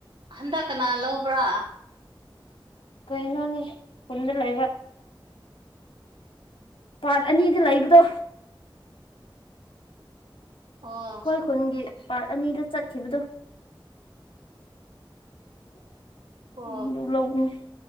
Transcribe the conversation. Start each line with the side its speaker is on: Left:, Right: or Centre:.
Right: ꯍꯟꯗꯛ ꯀꯅꯥ ꯂꯧꯕ꯭ꯔꯥ
Left: ꯀꯩꯅꯣꯅꯦ ꯈꯨꯟꯗ ꯂꯩꯕ ꯄꯥꯔꯠ ꯑꯅꯤꯗ ꯂꯩꯕꯗꯣ
Right: ꯑꯣ
Left: ꯑꯩꯈꯣꯏ ꯈꯨꯟꯒꯤ ꯄꯥꯔꯠ ꯑꯅꯤꯗ ꯆꯠꯈꯤꯕꯗꯣ <unintelligible>
Right: ꯑꯣꯛ
Left: <unintelligible>